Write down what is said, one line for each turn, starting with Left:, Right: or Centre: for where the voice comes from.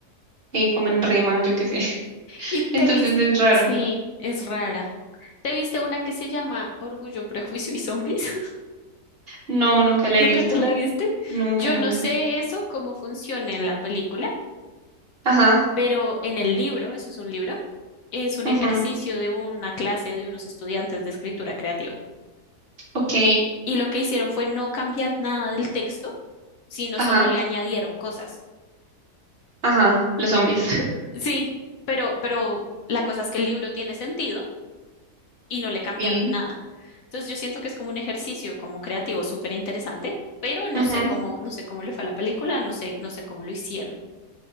Right: eh, como en rima, yo qué sé. <laughs>
Left: Y
Right: Entonces
Left: te viste,
Right: es raro.
Left: sí, es rara. ¿Te viste una que se llama Orgullo, Prejuicio y Zombies? <laughs>
Right: No, nunca la
Left: ¿Nunca
Right: he visto,
Left: te la viste?
Right: nunca,
Left: Yo
Right: nunca.
Left: no sé eso, cómo funciona en la película,
Right: Ajá,
Left: pero en el libro, eso es un libro, es un
Right: ujú.
Left: ejercicio de una clase de unos estudiantes de escritura creativa.
Right: Ok,
Left: Y lo que hicieron fue no cambiar nada del texto, sino
Right: ajá.
Left: solo le añadieron cosas.
Right: Ajá, los zombies. <laughs>
Left: Sí, pero, pero la cosa es que el libro tiene sentido y no le cambiaron
Right: Sí.
Left: nada. Entonces yo siento que es como un ejercicio como creativo súper interesante, pero no
Right: Ujú.
Left: sé cómo, no sé cómo le fue a la película, no sé, no sé cómo lo hicieron.